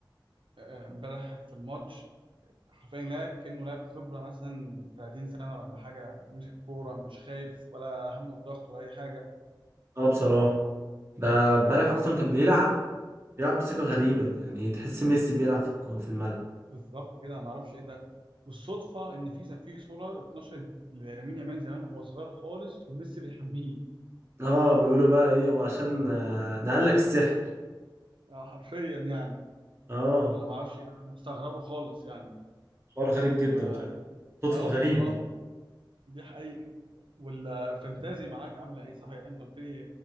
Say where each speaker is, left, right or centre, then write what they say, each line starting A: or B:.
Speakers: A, on the right; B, on the right.
A: آه، امبارح في الماتش حرفيا لاعب كانه لاعب خبره مثلا 30 سنه ولا حاجه بيمسك الكوره مش خايف ولا همه الضغط ولا اي حاجه
B: اه بصراحة ده امبارح اصلا كان بيلعب بيلعب بثقة غريبة يعني تحس ميسي بيلعب في الكو- في الملعب
A: بالظبط كده انا ما اعرفش ايه ده والصدفه ان في في صوره اتنشرت لامين يامال زمان وهو صغير خالص وميسي بيحميه
B: اه بيقولوا بقى ايه وعشان آه، نقلك السحر
A: <laughs> آه، حرفيا يعني
B: اه
A: انا ما اعرفش ايه ده انا مستغربه خالص يعني
B: حوار غريب جدا
A: و
B: فعلا صدفة
A: اه
B: غريبة
A: بصراحه دي حقيقه والفانتازي معاك عامله ايه صحيح انت قلت لي